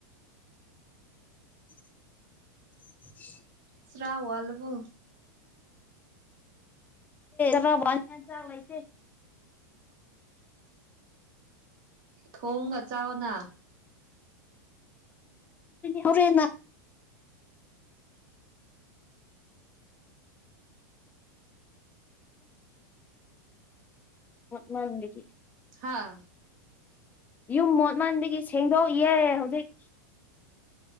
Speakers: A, on the left (about 15°); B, on the right (about 45°).
A: <inaudible>
B: ꯁꯔꯜꯕꯣ
A: ꯕꯥ ꯆꯦ
B: ꯊꯣꯡꯒ ꯆꯥꯎꯅ
A: ꯑꯣꯣꯔꯦ ꯃꯥꯡꯗꯒꯤ
B: ꯍꯥꯥ
A: ꯌꯨꯝ ꯃꯣꯠꯃꯟꯕꯒꯤ ꯁꯦꯡꯗꯣꯛꯑ ꯍꯧꯖꯤꯛ